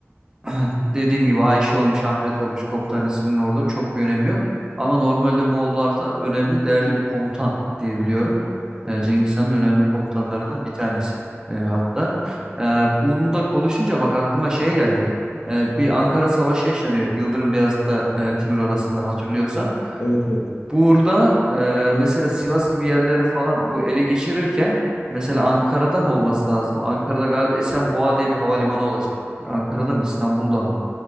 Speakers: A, on the right (about 15°); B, on the left (about 70°).
A: <clears throat> dediğim gibi Ayşe olmuş, Ahmet olmuş komutan isminin orada çok bir önemi yok. Ama normalde Moğollarda önemli, değerli bir komutan diyebiliyorum. Ee, Cengiz Han'ın önemli komutanlarından bir tanesi ee, hatta. Ee, bunu da konuşunca bak aklıma şey geldi. Ee, bir Ankara Savaşı yaşanıyor Yıldırım Beyazıt'la e, Timur arasında hatırlıyorsan.
B: Evet evet.
A: Burada e, mesela Sivas gibi yerleri falan bu ele geçirirken mesela Ankara'da mı olması lazım? Ankara'da galiba Esenboğa diye bir havalimanı olacak. Ankara'da
B: Hı hı.
A: mı İstanbul'da mı?